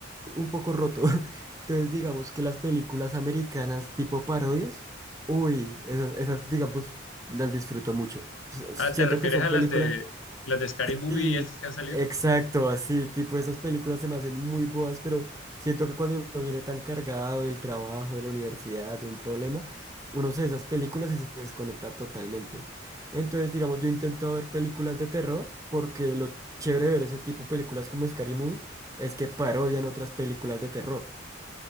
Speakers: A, on the right; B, on the left.
A: un poco roto. <laughs> Entonces, digamos que las películas americanas tipo parodias, uy, esas, esas digamos, las disfruto mucho. S-
B: Ah,
A: Siento
B: ¿te refieres
A: que son
B: a
A: películas
B: las de las de Scary Movie
A: Sí,
B: estas que han salido?
A: exacto, así, tipo esas películas se me hacen muy boas, pero siento que cuando uno viene tan cargado del trabajo, de la universidad, de un problema, uno se ve esas películas y se desconecta totalmente. Entonces, digamos, yo intento ver películas de terror porque lo chévere de ver ese tipo de películas como Scary Movie es que parodian otras películas de terror.